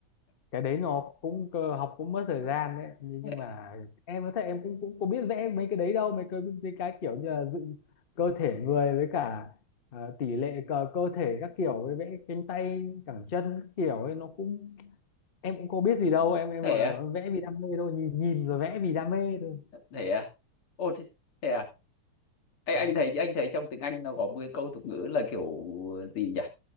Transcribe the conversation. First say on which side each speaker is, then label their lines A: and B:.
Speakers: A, on the left; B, on the left.
A: cái đấy nó cũng cơ học cũng mất thời gian đấy nhưng
B: thế
A: nhưng mà em nói thật em cũng cũng có biết vẽ mấy cái đấy đâu mấy cái mấy cái kiểu như là dựng cơ thể người với cả ờ, tỷ lệ cơ, cơ thể các kiểu với vẽ cánh tay cẳng chân các kiểu ấy nó cũng em cũng có biết gì đâu em em
B: thế
A: gọi là
B: à
A: vẽ vì đam mê thôi nhìn nhìn rồi vẽ vì đam mê thôi
B: thế à ô thế, thế à anh
A: Ờ,
B: anh thấy anh thấy trong tiếng Anh nó có một cái câu tục ngữ là kiểu gì nhỉ